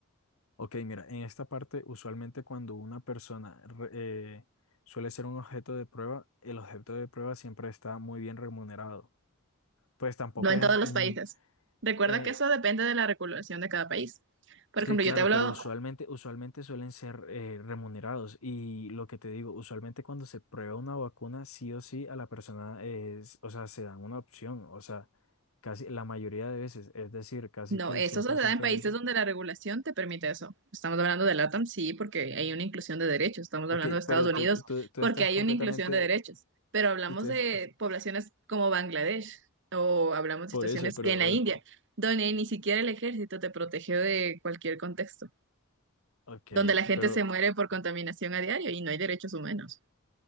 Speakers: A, on the left; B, on the right.
A: Ok, mira, en esta parte usualmente cuando una persona re- eh, suele ser un objeto de prueba, el objeto de prueba siempre está muy bien remunerado. Pues tampoco
B: No en
A: es...
B: todos los
A: mm,
B: países. Recuerda
A: eh,
B: que eso depende de la regulación de cada país. Por
A: sí,
B: ejemplo,
A: claro,
B: yo te Claro.
A: pero usualmente,
B: hablo,
A: usualmente suelen ser eh, remunerados. Y lo que te digo, usualmente cuando se prueba una vacuna, sí o sí a la persona es, o sea, se dan una opción, o sea, casi la mayoría de veces, es decir, casi
B: no,
A: que el
B: eso
A: cien
B: se
A: por
B: da
A: ciento
B: en países
A: de veces.
B: donde la regulación te permite eso. Estamos hablando de LATAM, sí, porque hay una inclusión de derechos. Estamos
A: Ok,
B: hablando de Estados
A: pero
B: Unidos,
A: tú, tú, tú
B: porque
A: estás
B: hay
A: completamente...
B: una inclusión de derechos. Pero hablamos
A: Y tú, es-
B: de poblaciones como Bangladesh o hablamos de
A: por
B: situaciones
A: eso, pero
B: que en la India,
A: o-
B: donde ni siquiera el ejército te protege de cualquier contexto,
A: Ok,
B: donde la gente
A: pero
B: se muere por contaminación a diario y no hay derechos humanos.